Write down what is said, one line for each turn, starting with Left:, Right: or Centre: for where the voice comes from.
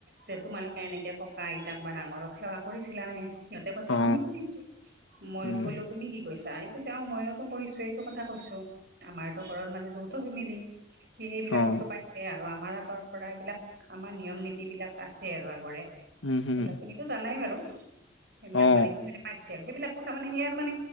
Right: যে তোমালোকে এনেকে ককা আইতাক বা ডাঙৰক সেৱা কৰিছিলানে সিহঁতে কৈছা
Left: অ
Right: আমি কৰিছো মই
Left: উম
Right: কলো তুমি কি কৈছা আই কৈছে অ মইয়তো কৰিছো এইটো কথা কৈছো আমাৰতো ঘৰত মানে যৌথ ফেমিলি সি সেইবিলাক
Left: অ
Right: বস্তু পাইছে আৰু আমাৰ আগৰ পৰা এইবিলাক আমাৰ নিয়ম নীতি বিলাক আছে আৰু আগৰে
Left: উম হম
Right: সেইবিলাক খিনিতো জানাই বাৰু সেইবিলাক
Left: অ
Right: মানে সি মানে পাইছে আৰু সেইবিলাক কথা মানে সেয়াৰ মানে